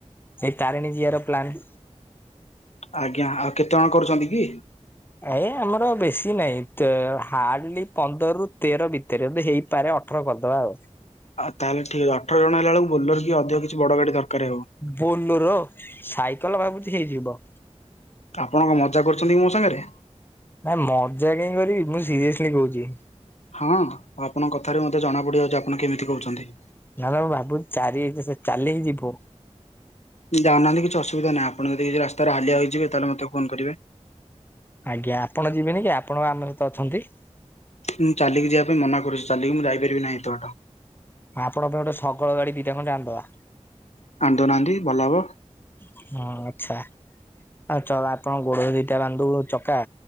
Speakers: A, on the left (about 15°); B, on the left (about 70°).
A: ସେଇ ତାରିଣୀ ଯିଆର ପ୍ଲାନ୍।
B: ଆଜ୍ଞା ଆଉ କେତେ ଜଣ କରୁଛନ୍ତି କି?
A: ଏ ଆମର ବେଶୀ ନହିଁ ହାର୍ଡଲି ପନ୍ଦର ରୁ ତେର ଭିତରେ ହେଇ ପାରେ ଅଠର କରିଦବା ଆଉ
B: ଆଉ ତାହେଲେ ଠିକ୍ ଅଠର ଜଣ ହେଲାଳ କୁ ବୋଲର କି ଅଧିକ କିଛି ବଡ ଗାଡି ଦରକାର ହେବ।
A: ବୋଲର ସାଇକେଲ ଭାବୁଛି ହେଇଯିବ।
B: ଆପଣ କଣ ମଜା କରୁଛନ୍ତି କି ମୋ ସାଙ୍ଗରେ?
A: ନା ମଜା କାହିଁ କରିବି ମୁଁ ସିରିଏସଲି କହୁଛି।
B: ହଁ ଆପଣ କଥାରୁ ମତେ ଜଣା ପଡିଯାଉଛି ଆପଣ କେମିତି କହୁଛନ୍ତି।
A: ନା <unintelligible> ଭାବୁ ଚାରି ସ ସ ଚାଲିିକି ଯିବୁ।
B: ଯାଉନାହାନ୍ତି କିଛି ଅସୁବିଧା ନାଇ ଆପଣ ଯଦି କିଛି ରାସ୍ତାରେ ହାଲିଆ ହୋଇଯିବେ ତାହେଲେ ମତେ ଫୋନ୍ କରିବେ।
A: ଆଜ୍ଞା ଆପଣ ଯିବେନି କି ଆପଣ <unintelligible> ଆମ ସହିତ ଅଛନ୍ତି?
B: ମୁଁ ଚାଲିକି ଯିବା ପାଇଁ ମନା କରୁଛି ଚାଲିକି ମୁଁ ଯାଇପାରିବି ନାହିଁ ଏତେ ବାଟ।
A: ଆପଣ ପାଇଁ ଗୋଟେ ଶଗଳ ଗାଡି ଦିଟା ଖଣ୍ଡେ ଆଣିଦବା।
B: ଆଣି ଦଉନାହାନ୍ତି ଭଲ ହବ।
A: ହଁ ଆଚ୍ଛା। <unintelligible> ଆପଣ ଗୋଡ ଦିଟା ବାନ୍ ଦବୁ ଚକା